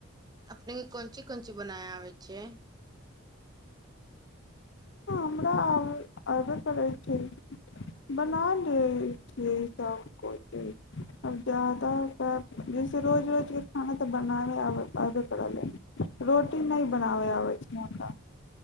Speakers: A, on the right; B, on the left.
A: अपनेके कोन चीज कोन चीज बनावय आबै छियै।
B: हमरा आब अबे करै छै, बना लै छियै सब कुछ आब जादा जैसे रोज रोजके खाना त बनाबै अबे केलै, रोटी नहि बनाबै आबै छै हमरा